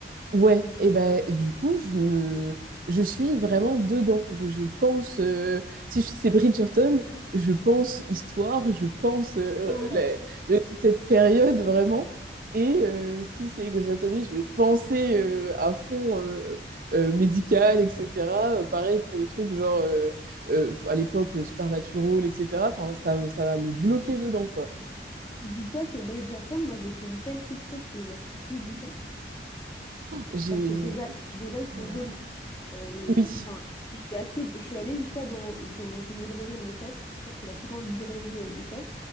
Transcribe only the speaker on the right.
Ouais, et ben du coup, je me je suis vraiment dedans. Je, je pense euh, si je- c'est Bridgerton, je pense histoire, je pense euh,
la- le- toute cette période vraiment et euh, si c'est Grey's Anatomy, je vais penser euh, à fond euh, euh, médical, etc. Euh, pareil pour des trucs genre euh, euh, à l'époque euh, Supernatural, etc. Enfin, ça ça va me bloquer dedans quoi.
J'ai
je-
oh là
là.
Oui.